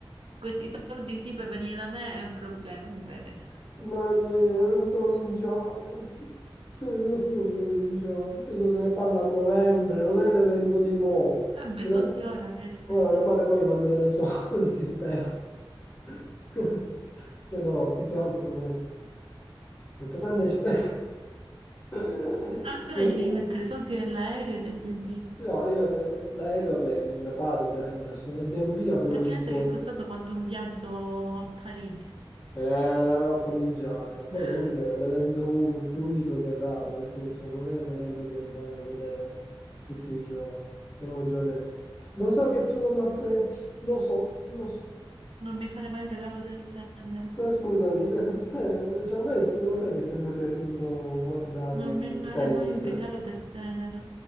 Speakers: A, on the right (about 80°); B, on the left (about 15°).
A: questi soldi sì per venire da me è un problema invece.
B: Ma ne- non cominciare. <laughs> Non non cominciare. <laughs> Adesso se ne parla a novembre, non è un evento di mo'.
A: Vabbè,
B: E
A: i
B: la-
A: soldi ora che hai speso.
B: Ora mio padre poi mi manderà i soldi, <laughs> spero. <laughs> E no, più che altro questo. Ho detto, quando è spero? <laughs>
A: Ancora
B: No,
A: gli
B: mo-
A: devi mettere i soldi dell'aereo e del B&B.
B: no, io eh, l'aereo, vabbè, mio padre ovviamente, adesso, e B&B abbiamo
A: Praticamente
B: visto,
A: vi è costato quanto un viaggio a Parigi.
B: Eh, cominciare. Poi
A: <laughs>
B: comunque è un evento u- più unico che raro, nel senso non è un evento che vai a vedere tutti i giorni, te l'ho già detto. Lo so che tu non l'apprezzi, lo so, lo so.
A: Non mi fare mai un regalo del genere.
B: Ma scusami, <laughs> te, cioè a me se- lo sai che è sempre piaciuto guardare
A: Non mi
B: il
A: fare
B: tennis.
A: mai un regalo del genere.